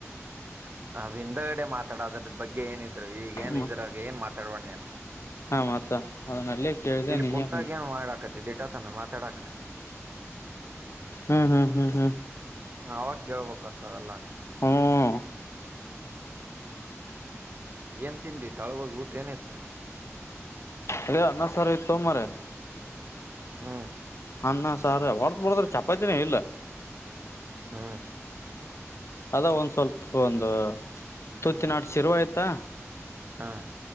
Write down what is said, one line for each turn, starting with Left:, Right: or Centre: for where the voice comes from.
Right: ಅದ ಹಿಂದಗಡೆ ಮಾತಾಡೋದ್ರದ ಬಗ್ಗೆ ಏನ. ಈಗ
Left: ಹ್ಮ
Right: ಏನ್ ಇದ್ರಾಗ ಏನ್ ಮಾತಾಡಬೇಡಾ ನೀನು
Left: ಹಾ ಮತ್ತ ಅದನ್ನಲ್ಲೇ ಕೇಳಿದೆ
Right: ಇಲ್ಲಿ
Left: ನೀ
Right: ಕುಂತಾಗ
Left: ಹ್ಮ್
Right: ಏನ್ ಮಾಡ. ಕಟ್ಟಿದಿ ಇಟತನಾ ಮಾತಾಡಾಕ
Left: ಹು ಹು ಹು ಹು
Right: ನಾವ ಕೇಳ ಬೇಕ ಅಂತಾವೆಲ್ಲಾ.
Left: ಹುಉಉಉ
Right: ಏನ್ ತಿಂದಿ ತಳಹೋಗಿ ಊಟ ಏನಿತ್ತು.
Left: ಅದೆ ಅನ್ನ ಸಾರ ಇತ್ತೋ ಮಾರಾಯ
Right: ಹು
Left: ಅನ್ನ ಸಾರ ಹೊಡದ ನೋಡಿದ್ರ ಚಪಾತಿನೇ ಇಲ್ಲ.
Right: ಹು
Left: ಅದ ಒಂದ್ ಸ್ವಲ್ಪ ಒಂದು ತುತ್ತಿನಾಟ ಶರ್ವ ಇತ್ತಾ
Right: ಹಾಆಆಅ